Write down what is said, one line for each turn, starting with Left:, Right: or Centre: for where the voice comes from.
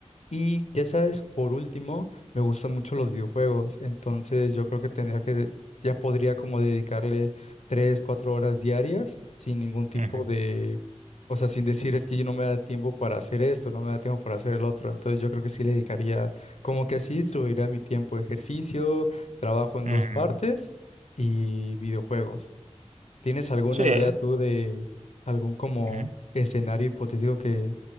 Left: Y ya sabes, por último, me gustan mucho los videojuegos, entonces yo creo que tendría que, ya podría como dedicarle tres, cuatro horas diarias sin ningún tipo
Right: ujú,
Left: de, o sea, sin decir es que yo no me da tiempo para hacer esto, no me da tiempo para hacer el otro, entonces yo creo que sí le dedicaría, como que así distribuiría mi tiempo, ejercicio, trabajo en
Right: ujú.
Left: dos partes y videojuegos. ¿Tienes alguna
Right: Sí. eh,
Left: idea tú de algún como
Right: ujú.
Left: escenario hipotético que,